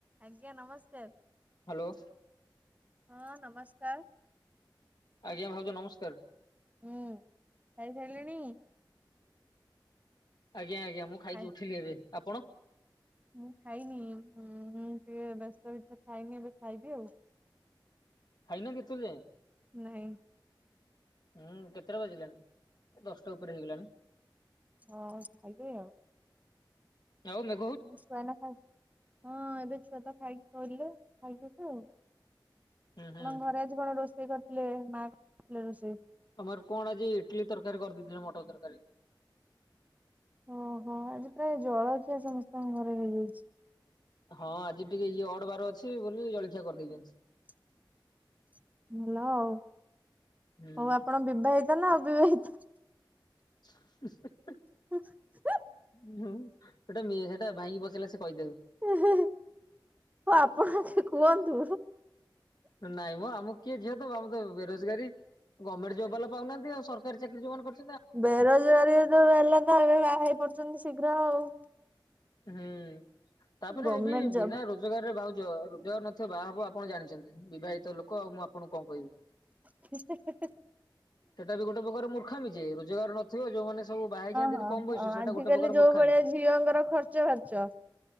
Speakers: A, on the right (about 20°); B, on the left (about 55°).
A: ଆଜ୍ଞା ନମସ୍କାର।
B: ହାଲୋ।
A: ହଁ ନମସ୍କାର।
B: ଆଜ୍ଞା ଭାଉଜ ନମସ୍କାର।
A: ହୁଁ ଖାଇ ସାଇଲେଣି?
B: ଆଜ୍ଞା ଆଜ୍ଞା ମୁଁ ଖାଇକି
A: ଖାଇ
B: ଉଠିଲି ଏବେ, ଆପଣ?
A: ମୁଁ ଖାଇନି ଉଁ ହୁଁ ଟିକେ ବ୍ୟସ୍ତ ଭିତରେ ଖାଇନି ଏବେ ଖାଇବି ଆଉ।
B: ଖାଇନ କି ଏତୋଳ ଯାଏଁ?
A: ନାଇଁ।
B: ଉଁ କେତେଟା ବାଜିଲାଣି? ଏ ଦଶଟା ଉପରେ ହେଇଗଲାନି।
A: ହଁ ଖାଇବି ଆଉ।
B: ଆଉ ମେ
A: ମୋ ଛୁଆ ଏନା ଖାଇ ହଁ ଏବେ ଛୁଆ ତ ଖାଇକି ଗଲେ ଖାଇବି ଏବେ ଆଉ।
B: ହୁଁ
A: ଆପଣଙ୍କ
B: ହୁଁ
A: ଘରେ ଆଜି କଣ ରୋଷେଇ କରିଥିଲେ ମା ଥିଲେ ରୋଷେଇ?
B: ଆମର କଣ ଆଜି ଇଟିଲି ତରକାରୀ କରିଦେଇଥିଲେ ମଟର ତରକାରୀ।
A: ଓହୋ ଆଜି ପ୍ରାୟ ଜଳଖିଆ ସମସ୍ତଙ୍କ ଘରେ ହେଇଯାଇଛି।
B: ହଁ ଆଜି ଟିକେ ଇଏ ଅଡ ବାର ଅଛି ବୋଲି ଜଳଖିଆ କରିଦେଇଛନ୍ତି।
A: <inaudible> ଭଲ ଆଉ
B: ହୁଁ।
A: ହଉ ଆପଣ ବିବାହିତ ନା ଅବିବାହିତ?
B: <inaudible>
A: <unintelligible>
B: ଉ ହୁଁ ସେଟା ଇଏ ସେଟା ଭାଇଙ୍କି ପଚାରିଲେ ସେ କହିଦେବେ।
A: ହଉ ଆପଣ ଆଗେ କୁହନ୍ତୁ।
B: ନାଇଁ ମ ଆମକୁ କିଏ ଝିଅ ଦବ ଆମେ ତ ବେରୋଜଗାରୀ ଗର୍ବମେଣ୍ଟ ଜବ ବାଲା ପାଉନାହାନ୍ତି ଆଉ ସର କାରୀ ଚାକିରୀ ଯୋଉମାନେ କରି
A: ବେରୋଜଗାରୀ ତ ୱାଲା ତ ଏବେ ବାହା ହେଇ ପଡୁଛନ୍ତି ଶୀଘ୍ର ଆଉ
B: ହୁଁ ତାପରେ
A: ଗମେଣ୍ଟ
B: ଏବେ ବିନା
A: ଜବ
B: ରୋଜ ଜଗାରରେ ଭଉଜ ରୋଜଗାର ନଥିବ ବାହା ହବ ଆପଣ ଜାଣିଛନ୍ତି ବିବାହିତ ଲୋକ ଆଉ ମୁଁ ଆପଣଙ୍କୁ କଣ କହିବି।
A: ହେ ହେ ହେ ହେ।
B: ସେଟା ବି ଗୋଟେ ପ୍ରକାର ମୁର୍ଖାମି ଯେ ରୋଜଗାର ନଥିବ ଯୋଉମାନେ ସବୁ ବାହା ହେଇଯାନ୍ତିି
A: ହଁ
B: ନି କମ
A: ହଁ
B: ବୟସ ସେଇଟା
A: ଆଜିକାଲି
B: ଗୋଟେ ପ୍ରକାର
A: ଯୋଉ
B: ମୁର୍ଖାମି।
A: ଭଳିଆ ଝିଅଙ୍କର ଖର୍ଚ୍ଚ ବାର୍ଚ